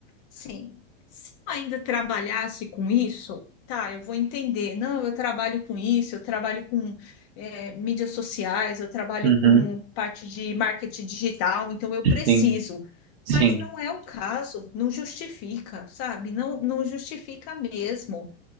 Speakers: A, on the left; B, on the right.
A: Sim, se eu ainda trabalhasse com isso, tá, eu vou entender. Não, eu trabalho com isso, eu trabalho com é, mídias sociais, eu trabalho
B: uhum,
A: com parte de marketing digital, então eu preciso.
B: sim, sim.
A: Mas não é o caso, não justifica, sabe? Não, não justifica mesmo.